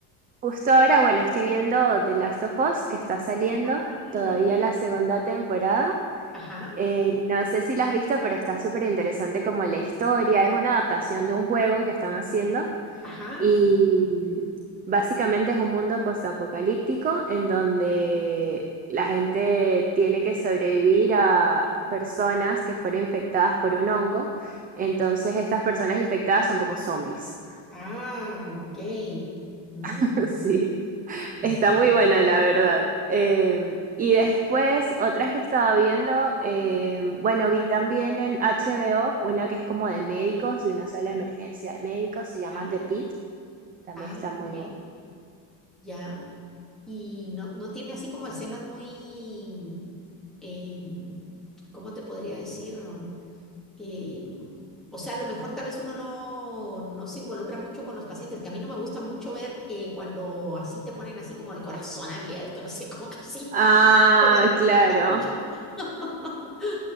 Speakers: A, on the right (about 20°); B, in the centre.
A: justo ahora, bueno, estoy viendo The Last of Us, que está saliendo
B: Ah,
A: todavía
B: ok.
A: la segunda temporada.
B: Ajá,
A: Eh, no sé si la has visto, pero está súper interesante como la historia. Es una adaptación de un juego que están haciendo
B: ajá.
A: y mm, básicamente es un mundo postapocalíptico en donde la gente tiene que sobrevivir a personas que fueron infectadas por un hongo. Entonces estas personas infectadas son como zombies.
B: Ah, ok. Mm.
A: <laughs> Sí.
B: <laughs>
A: Está muy buena, la verdad. Eh, y después, otras que estaba viendo, eh, bueno, vi también en HBO una que es como de médicos, de una sala de emergencia de médicos, se llama
B: Ya.
A: The Pit, también
B: Ah,
A: está muy
B: ok.
A: buena.
B: Ya. Y no, no tiene así como escenas muy, em, ¿cómo te podría decir? Em, o sea, a lo mejor tal vez uno no, no se involucra mucho con los pacientes, que a mí no me gusta mucho ver eh, cuando así te ponen así como el corazón abierto, no sé, como así. <laughs>
A: Ah,
B: Porque me
A: claro.
B: pica mucho. <laughs>